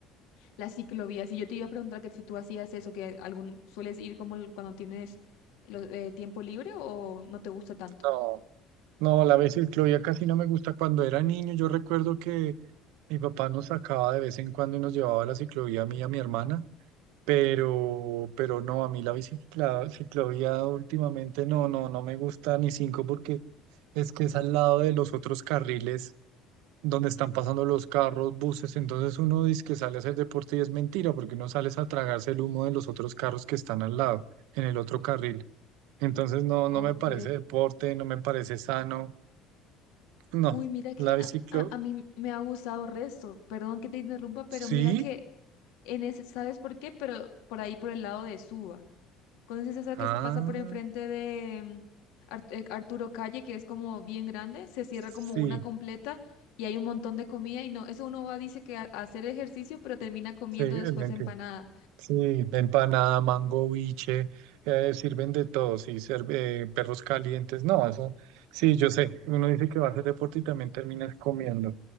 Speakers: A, on the left; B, on the right.
A: las ciclovías. Y yo te iba a preguntar que si tú hacías eso, que algún sueles ir como el- cuando tienes lo- eh, tiempo libre o no te gusta tanto.
B: No, no, la vez ciclovía casi no me gusta. Cuando era niño, yo recuerdo que mi papá nos sacaba de vez en cuando y nos llevaba a la ciclovía a mí y a mi hermana, pero, pero no, a mí la bicicla, ciclovía últimamente no, no, no me gusta ni cinco porque es que es al lado de los otros carriles donde están pasando los carros, buses, entonces uno dice que sale a hacer deporte y es mentira porque uno sale es a tragarse el humo de los otros carros que están al lado, en el otro carril. Entonces no, no
A: Ok.
B: me parece deporte, no me parece sano. No,
A: Uy, mira que
B: la biciclo,
A: a, a- a mí me ha gustado resto. Perdón que te interrumpa, pero
B: sí,
A: mira que en ese, ¿sabes por qué? Pero por ahí por el lado de Suba. ¿Conoces esa que
B: ah,
A: pasa por enfrente de mm, eh, Arturo Calle, que es como bien grande? Se cierra
B: sí,
A: como una completa y hay un montón de comida y no, eso uno va, dice que a, a hacer ejercicio, pero termina comiendo
B: sí, es
A: después
B: mentira.
A: empanada.
B: Sí, empanada, mango, biche, eh, sirven de todo, sí, serve, eh, perros calientes, no, eso, sí, yo sé, uno dice que va a hacer deporte y también terminas comiendo.